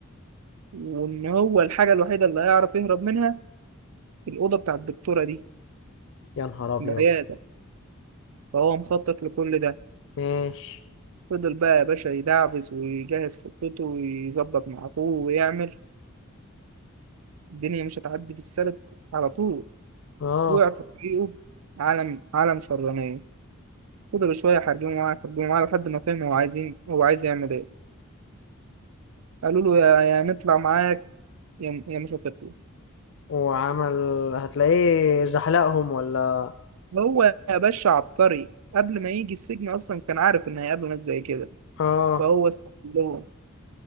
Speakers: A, on the right; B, on the left.
A: وان هو الحاجة الوحيدة اللي هيعرف يهرب منها الأوضة بتاع الدكتورة دي
B: يا نهار ابيض
A: العيادة فهو مخطط لكل ده
B: ماشي
A: فضل بقى يا باشا يدعبس ويجهز خطته ويظبط مع اخوه ويعمل الدنيا مش هتعدي بالسلك على طول
B: اه
A: وقع في طريقه عالم عالم شرانية فضلوا شوية يحاربوه معاه يحاربوه معاه لحد ما فهم هو عايزين هو عايز يعمل إيه قالوا له يا يا نطلع معاك يا يا مش هتطلع
B: وعمل هتلاقيه زحلقهم ولا
A: هو يا باشا عبقري قبل ما يجي السجن أصلا كان عارف إن هيقابله ناس زي كده
B: اه
A: فهو استغلهم